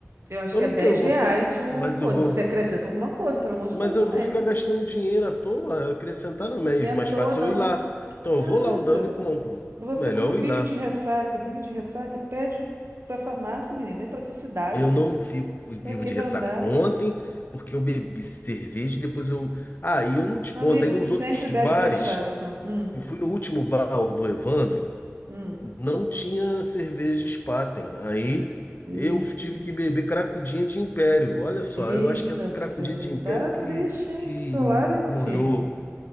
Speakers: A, on the right; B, on the left.
A: eu acho
B: Eu
A: que
B: não
A: é 10
B: quero, eu vou
A: reais
B: ficar.
A: o
B: Mas
A: coisa.
B: eu vou.
A: Você acrescenta alguma coisa, pelo amor de
B: Mas
A: Deus
B: eu
A: também,
B: vou ficar
A: né?
B: gastando dinheiro à toa, acrescentar não mesmo.
A: Nem à
B: Mais
A: toa,
B: fácil
A: não.
B: eu ir lá. Então
A: Nada.
B: eu vou lá andando e compro.
A: Você,
B: Melhor
A: como
B: eu
A: vive
B: ir lá.
A: de ressaca, vive de ressaca, pede pra farmácia, menina. É praticidade.
B: Eu não fico vivo
A: Pra que
B: de
A: vai
B: ressaca.
A: andar?
B: Ontem, porque eu bebi cerveja, e depois eu. Ah, e eu não te
A: Amigo,
B: conto. Aí nos
A: você sempre
B: outros
A: bebe
B: bares,
A: cachaça. Hum,
B: eu fui no último bar o do Evandro,
A: hum.
B: não tinha cerveja Spaten. Aí
A: Eita,
B: eu tive que beber cracudinha de Império. Olha só,
A: eita,
B: eu acho que essa cracudinha
A: fé.
B: de Império
A: Tá triste,
B: que,
A: hein?
B: que
A: Pro seu
B: embrulhou.
A: lado, hein, meu filho?